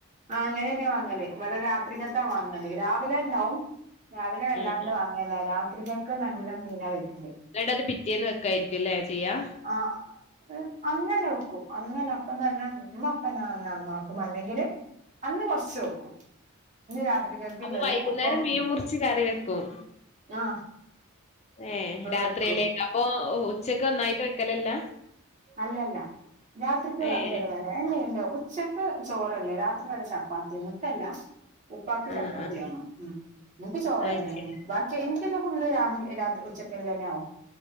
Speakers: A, on the right (about 35°); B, on the left (about 30°).
A: ആഹ് അങ്ങനെന്നെയ വാങ്ങല്‌ വട രാത്രിക്കത്താ വാങ്ങല് രാവിലെ ണ്ടാവും? രാവിലെ വല്ലാണ്ട്
B: ഉം ഉം
A: വാങ്ങല്ല രാത്രി കെക്ക് നല്ല മീന വീട്ടില്
B: ന്ന്‌ട്ടത് പിറ്റേന്ന് വെക്കായിരിക്കുംല്ലേ? ചെയ്യാ
A: ആഹ് ഉ അന്നന്നെ വെക്കും അന്നന്നെ അപ്പം തന്നെ മ്മ അപ്പ തന്നെ നന്നാക്കും അല്ലെങ്കില് അന്ന് കൊർച്ച് വെക്കും ഇന്ന് രാത്രികക്ക്
B: അപ്പൊ
A: ഇള്ളത്
B: വൈകുന്നേരം
A: അപ്പം
B: മീൻ മുറിച്ച് കറി വെക്കും
A: ആഹ്
B: ഏഹ്
A: ഇവടെ
B: രാത്രിയിലേക്ക്
A: വെക്കും
B: അപ്പൊ ഉച്ചക്കൊന്നായിട്ട് വെക്കലല്ല?
A: അല്ലല്ല രാത്രിക്ക് വേറെവിടെ
B: ഏഹ്
A: വേ <unintelligible> ഉച്ചക്ക് ചോറല്ലേ രാത്രി വടെ ചപ്പാത്തി എനിക്കല്ല ഉപ്പാക്ക് ചപ്പാത്തി
B: ആഹ് ആഹ്
A: വേണം ഉം നിക്ക് ചോറ്
B: അത്
A: തന്നെയണ്
B: ശരി.
A: ബാക്കി എ ക്കെല്ലൊം ഫുള്ള് രാവിലെ രാത്രി ഉച്ചക്കല്ലന്നാവും